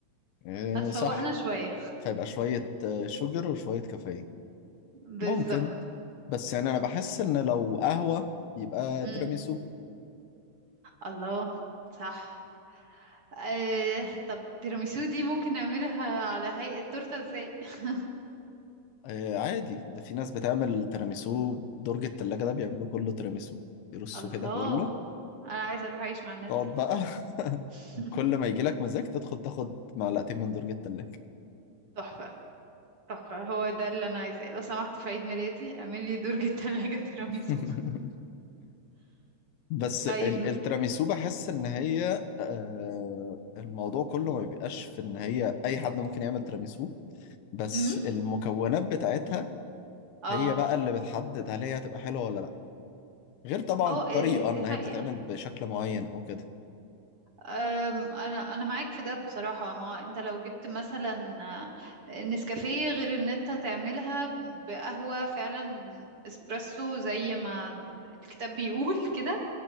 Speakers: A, on the left (about 80°); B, on the right (about 35°).
A: إيه
B: هتفوقنا
A: صح
B: شوية
A: فيبقى شوية آه، شوجر وشوية كافيين
B: بالظبط
A: ممكن بس يعني أنا بحس إن لو قهوة يبقى
B: مم.
A: تيراميسو
B: الله صح آه، طب تيراميسو دي ممكن نعملها على هيئة تورتة ازاي <laughs>
A: إيه عادي ده في ناس بتعمل تيراميسو درج التلاجة ده بيعملوا كله تيراميسو يرصوا
B: الله
A: كده كله
B: انا عايزة اروح اعيش مع الناس
A: تقعد
B: دي
A: بقى <laughs>
B: <laughs>
A: كل ما يجيلك مزاج تدخل تاخد معلقتين من درج التلاجة
B: تحفة تحفة هو ده اللي أنا عايزاه لو سمحت في عيد ميلادي اعمل لي درج التلاجة تيراميسو
A: <laughs> بس
B: <laughs> طيب
A: ال- التيراميسو بحس ان هي آه، الموضوع كله ما بيبقاش في ان هي اي حد ممكن يعمل تيراميسو بس
B: امم
A: المكونات بتاعتها
B: اه
A: هي بقى اللي بتحدد هل هي هتبقى حلوة ولا لا غير طبعا
B: اه
A: الطريقة
B: إيه دي
A: ان
B: حقيقة
A: هي بتتعمل بشكل معين او كده
B: أم، انا انا معاك في ده بصراحة ما انت لو جبت مثلا آه، نسكافيه غير ان انت تعملها بقهوة فعلا اسبريسو زي ما الكتاب بيقول <laughs> كده